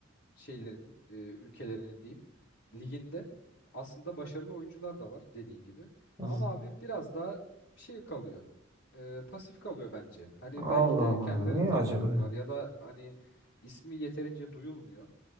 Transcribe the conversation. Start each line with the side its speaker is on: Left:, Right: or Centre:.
Left: şeylerinin e, ülkelerinin diyeyim liginde aslında başarılı oyuncular da var dediğin gibi.
Right: Hı
Left: Ama
Right: hı.
Left: abi biraz daha şey kalıyor. e, pasif kalıyor bence. Hani belki
Right: Allah
Left: de
Right: Allah.
Left: kendilerini
Right: Niye
Left: tam
Right: acaba
Left: vermiyorlar
Right: ya?
Left: ya da hani ismi yeterince duyulmuyor.